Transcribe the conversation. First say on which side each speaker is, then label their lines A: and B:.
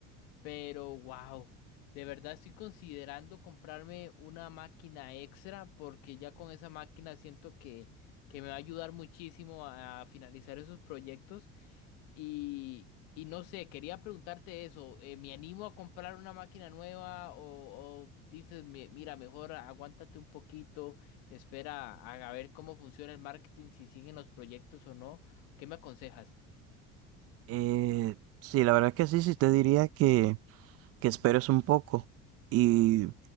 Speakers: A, on the left (about 80°); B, on the right (about 50°).
A: Pero wow, de verdad estoy considerando comprarme una máquina extra porque ya con esa máquina siento que, que me va a ayudar muchísimo a finalizar esos proyectos. Y, y no sé, quería preguntarte eso, eh, ¿me animo a comprar una máquina nueva o, o dices, "Mi- mira, mejor aguántate un poquito, espera a, a ver cómo funciona el marketing, si siguen los proyectos o no? ¿Qué me aconsejas?
B: Eh, sí, la verdad es que sí, sí te diría que que esperes un poco y